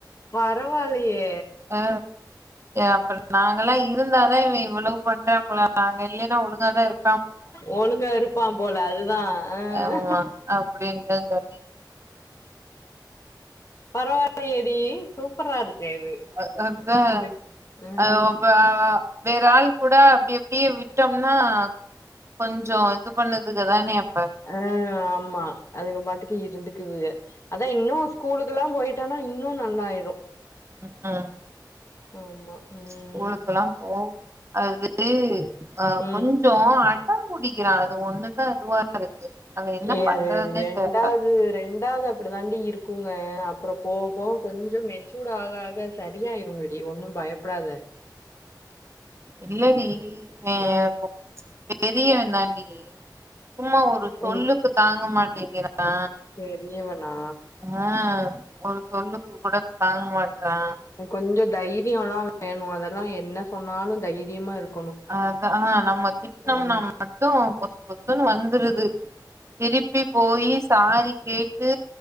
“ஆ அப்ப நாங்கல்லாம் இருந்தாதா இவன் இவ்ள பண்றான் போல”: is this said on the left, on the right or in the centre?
Right